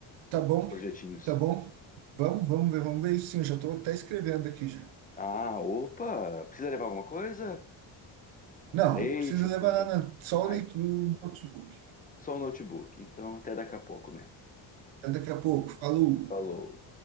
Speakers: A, on the right; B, on the left.
A: Tá bom,
B: projetinhos.
A: tá bom. Vamos, vamos ver, vamos ver isso sim. Eu já tô até escrevendo aqui já.
B: Ah, opa! Precisa levar alguma coisa?
A: Não,
B: Um leite,
A: não precisa
B: um
A: levar
B: cuca.
A: nada, não. só
B: Ai,
A: o leitura do notebook.
B: só um notebook. Então, até daqui a pouco mesmo.
A: Até daqui a pouco. Falou.
B: Falou.